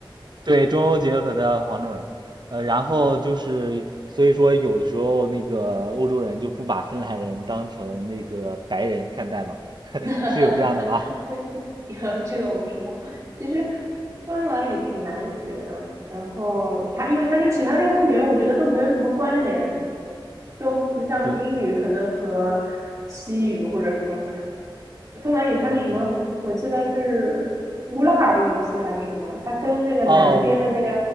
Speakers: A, on the right; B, on the right.
A: 对中欧结合的黄种人，呃，然后就是所以说有的时候那个欧洲人就不把芬兰人当成那个白人看待嘛，<laughs>
B: <laughs>
A: 是有这样的吗？
B: 有这个我不知道。其实芬兰语挺难学的，然后它因为它跟其他任何语言我觉得都没有什么关联，都不像英语，
A: 对，
B: 可能和西语或者什么芬兰语，它是什么？
A: 嗯，
B: 我记得是乌拉尔语系还是什么？它跟那个南边的那个
A: 哦，